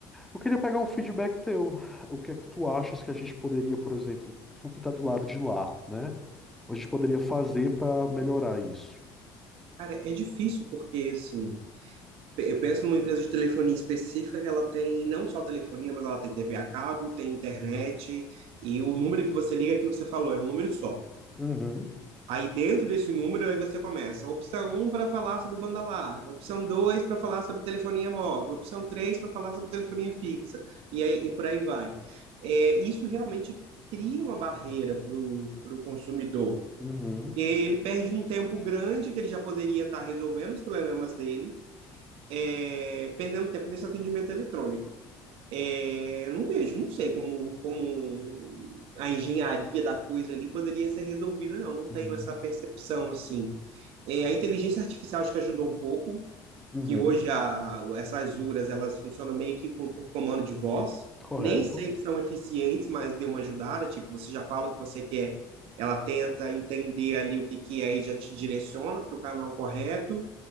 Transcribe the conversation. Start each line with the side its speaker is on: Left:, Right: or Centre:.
Centre: eu queria pegar um feedback teu. O que é que tu achas que a gente poderia, por exemplo, tu que está do lado de lá, né? A gente poderia fazer para melhorar isso?
Right: Cara, é difícil porque, assim, pe- eu penso numa empresa de telefonia específica que ela tem não só telefonia, mas ela tem TV a cabo, tem internet, e o número que você liga, é aquilo que você falou, é um número só.
Centre: Uhum,
Right: Aí dentro desse número, aí você começa. Opção um para falar sobre banda larga, opção 2 para falar sobre telefonia móvel, opção 3 para falar sobre telefonia fixa, e, aí, e por aí vai. É, isso realmente cria uma barreira para o consumidor,
Centre: uhum,
Right: porque ele perde um tempo grande que ele já poderia estar resolvendo os problemas dele, é, perdendo tempo nesse atendimento eletrônico. É, não vejo, não sei como, como a engenharia da coisa ali poderia ser resolvida, não. Não tenho
Centre: uhum,
Right: essa percepção assim. É, a inteligência artificial acho que ajudou um pouco,
Centre: uhum.
Right: que hoje a, essas URAs elas funcionam meio que com- por comando de voz.
Centre: Correto.
Right: Nem sempre são eficientes, mas deu uma ajudada. Tipo, você já fala o que você quer, ela tenta entender ali o que que é e já te direciona para o canal correto